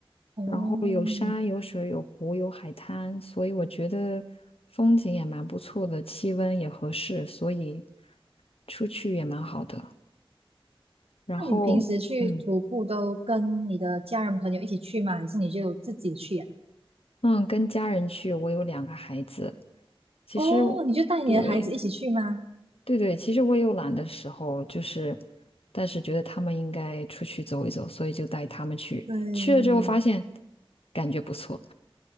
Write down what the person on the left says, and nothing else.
然后有山有水有湖有海滩，所以我觉得风景也蛮不错的，气温也合适，所以出去也蛮好的。然后，
嗯
嗯，跟家人去，我有两个孩子，其实我对
对对，其实我也有懒的时候，就是但是觉得他们应该出去走一走，所以就带他们去，
去了之后发现感觉不错。